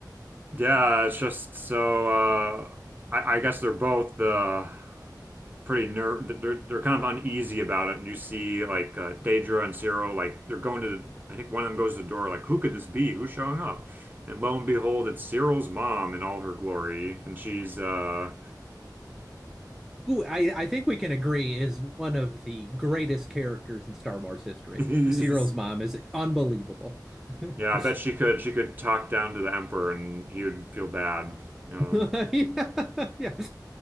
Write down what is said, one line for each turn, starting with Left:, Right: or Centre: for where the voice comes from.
Right: Yeah, it's just so uh I, I guess they're both the pretty nerve they're they're kind of uneasy about it. You see like uh, Daedra and Cyril like they're going to the, I think one of them goes to the door like who could this be? Who's showing up? And lo and behold, it's Cyril's mom in all her glory, and she's uh
Centre: Who I, I think we can agree is one of the greatest characters in Star Wars history.
Right: <laughs> yeah,
Centre: Cyril's mom is unbelievable. <laughs>
Right: I bet she could she could talk down to the emperor and he would feel bad, you know.
Centre: <laughs> Yeah, yeah. <laughs>